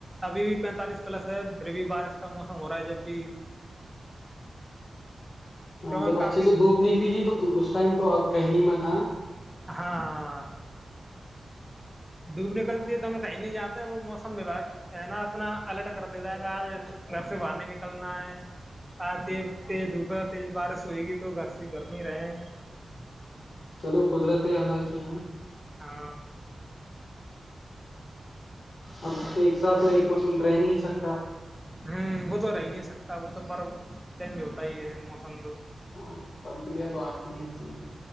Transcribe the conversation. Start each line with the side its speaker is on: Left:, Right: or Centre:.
Centre: ابھی بھی پینتالیس پلس ہے پھر بھی بارش کا موسم ہو رہا ہے جب بھی
Left: ہاں
Centre: کیونکہ
Left: جب
Centre: کافی
Left: اچھے سے دھوپ نکلی گی تو تو اس ٹائم تو آپ کا ہی م تھا
Centre: ہاں دھوپ نکلتی ہے تو ہم کہیں نہیں جاتا وہ موسم وباگ ہے نا اپنا الرٹ کر دیتا ہے کہ آج گھر سے باہر نہیں نکلنا ہے آج تی تیز دھوپ تیز بارش ہوئے گی تو گھر سے گرمی ہی رہے
Left: چلو قدرت ہے اللہ کی ہاں
Centre: ہا
Left: اب ایک سات تو ایک موسم رہ نہیں سکتا
Centre: ہوں وہ تو ہو رہای نہیں سب وہ تو پرر چینج ہوتا ہی ہے موسم تو
Left: ہاں تبدیلیاں تو آتی ہی رہتی ہیں